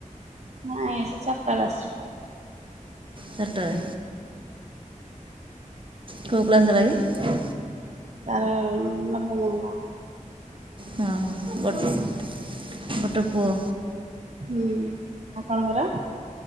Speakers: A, on the right (about 55°); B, on the right (about 40°).
A: ନାଇଁ ସେ ଚାରଟାରେ ଆସବ।
B: ସେଟାରେ। କୋଉ କ୍ଲାସ ହେଲା କି?
A: ତାର <unintelligible>
B: ହଁ ଗୋଟ ଗୋଟେ ପୁଅ।
A: ହୁଁ ଆପଣଙ୍କର?